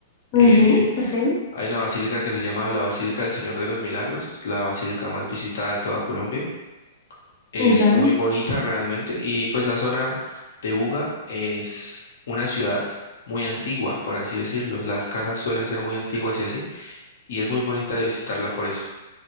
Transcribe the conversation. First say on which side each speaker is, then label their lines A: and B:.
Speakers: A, on the left; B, on the left.
A: Ujú,
B: Eh,
A: ok,
B: hay una basílica que se llama la Basílica del Señor de los Milagros, es la basílica más visitada de toda Colombia. Es
A: ya.
B: muy bonita realmente y pues la zona de Buga es una ciudad muy antigua, por así decirlo. Las casas suelen ser muy antiguas y así, y es muy bonita de visitarla por eso.